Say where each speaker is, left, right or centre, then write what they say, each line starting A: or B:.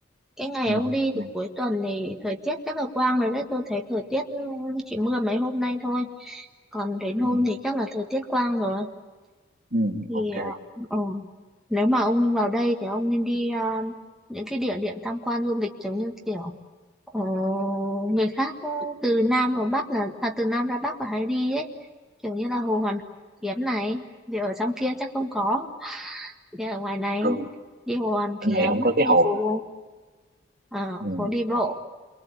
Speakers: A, in the centre; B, on the right (about 50°).
A: Cái ngày
B: ừ
A: ông đi
B: ừ
A: thì cuối tuần thì thời tiết chắc là quang rồi đấy. Tôi thấy thời tiết ừ, chỉ mưa mấy hôm nay thôi. Còn đến hôm
B: ừ,
A: thì chắc là thời tiết quang rồi.
B: ừ,
A: Thì
B: ok
A: ờ, ừ. Nếu mà ông vào đây thì ông nên đi ờ, những cái địa điểm tham quan du lịch giống như kiểu ờ, người khác ừ, từ Nam vào Bắc là à, từ Nam ra Bắc là hay đi ấy. Kiểu như là Hồ Hoàn Kiếm này. Thì ở trong kia chắc không có đi ở ngoài này
B: rồi
A: đi Hồ Hoàn
B: ở
A: Kiếm
B: này không có cái
A: đi
B: hồ
A: phố
B: nữa.
A: à,
B: ừ
A: phố đi bộ